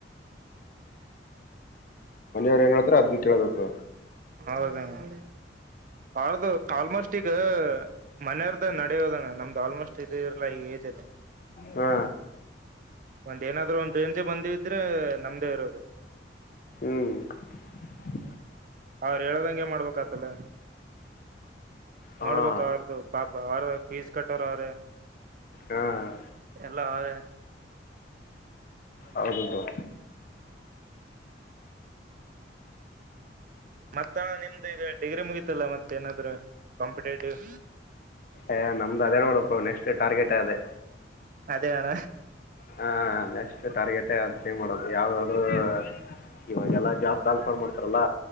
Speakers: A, on the left; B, on the right.
A: ಏನ್ ಹೇಳ್ತಾರೆ ಅದ್ನ್ ಕೇಳ್ಬೇಕು.
B: ಹೌದ ಅಣ್ಣ ಬಳದು ಆಲ್ಮೋಸ್ಟ್ ಈಗ ಮನೆಯರ್ದ ನಡೆಯೋದಣ ನಮ್ದ್ ಆಲ್ಮೋಸ್ಟ್ ಇದ ಇರ್ಲ ಈಗ ಇದರದೇ
A: ಹಾ
B: <unintelligible> ಒಂದ್ ಏನಾದ್ರೂ ಒಂದ್ ರೇಂಜೆ ಬಂದಿದ್ರೆ ನಮ್ದೇ ಇರೋದು
A: ಹ <unintelligible>
B: ಅವ್ರ ಹೇಳದಂಗೆ ಮಾಡ್ಬೇಕತಲ
A: ಹಾಂ
B: ನೋಡ್ಬೇಕ ಅವಾರ್ದು ಪಾಪ ಅವ್ರ ಫೀಸ್ ಕಟ್ಟೋರವ್ರೆ.
A: ಹಾಂ
B: ಎಲ್ಲ ಆಯೆ
A: ಹೌದು ಬ್ರೋ
B: ಮತ್ತ ನಿಮ್ದ ಈಗ ಡಿಗ್ರಿ ಮುಗೀತಲ್ಲ ಮತ್ತ ಏನಾದ್ರು ಕಂಪಿಟೇಟಿವ್
A: ಏ ನಮ್ದು ಅದೇ ನೋಡಪ್ಪ ನೆಕ್ಸ್ಟ್ ಟಾರ್ಗೆಟ್ ಅದೇ
B: ಅದೇ ಅಣ
A: ಹಾಂ ನೆಕ್ಸ್ಟ್ ಟಾರ್ಗೆಟ ಅದ್ನ ಮಾಡೋದು ಯಾವ್ದಾದ್ರರು ಇವಾಗೆಲ್ಲ ಜಾಬ್ ಕಾಲಫರ್ ಮಾಡ್ತಾರಲ್ಲ